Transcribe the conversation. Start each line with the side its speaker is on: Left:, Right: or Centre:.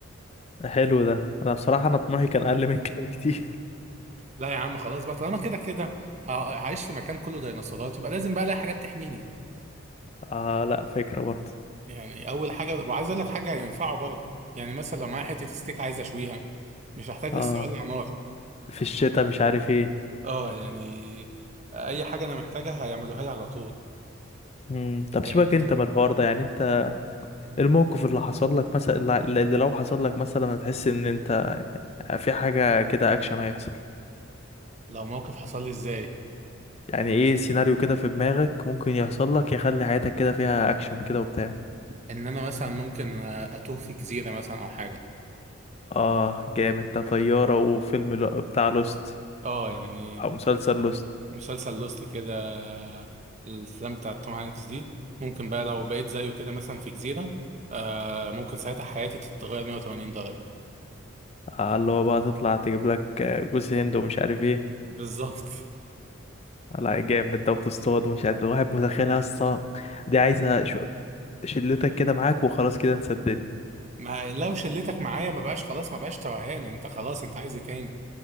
Left: حلو ده انا بصراحه انا طموحي كان اقل من كده بكتير
Right: لا يا عم خلاص بقى طالما كده كده ه- هعيش في مكان كله ديناصورات يبقى لازم بقى الاقي حاجات تحميني
Left: اه لا فكرة برضه
Right: يعني اول حاجه وعايز اقول لك حاجه هينفعه برضه يعني مثلا لو معايا حته ستيك عايز اشويها مش هحتاج لسه
Left: اه
Right: اولع نار
Left: في الشتاء مش عارف ايه
Right: اه يعني اي حاجه انا محتاجها هيعملوها لي على طول
Left: مم. طب
Right: يعني
Left: سيبك انت من الحوار ده يعني انت إيه الموقف اللي حصل لك مثلا اللي اللي لو حصل لك مثلا هتحس ان انت في حاجة كده اكشن هيحصل
Right: لو موقف حصل لي ازاي
Left: يعني ايه سيناريو كده في دماغك ممكن يحصل لك يخلي حياتك كده فيها اكشن كده وبتاع
Right: ان انا مثلا ممكن اتوه في جزيره مثلا او حاجه
Left: اه جامد ده طيارة وفيلم لو- بتاع لوست
Right: اه يعني
Left: او مسلسل لوست
Right: مسلسل لوست كده الافلام بتاعت توم هانكس دي ممكن بقى لو بقيت زيه كده مثلا في جزيره آه ممكن ساعتها حياتي تتغير 180 درجه
Left: آه اللي هو بقى تطلع تجيب لك جوز هند ومش عارف ايه
Right: بالظبط
Left: لا جامد ده وتصطاد ومش عارف الواحد متخيلها الصا دي عايزة شو شلتك كده معاك وخلاص كده نصدقني
Right: ما لو شلتك معايا ما بقاش خلاص ما بقاش توهان انت خلاص انت عايز ايه تاني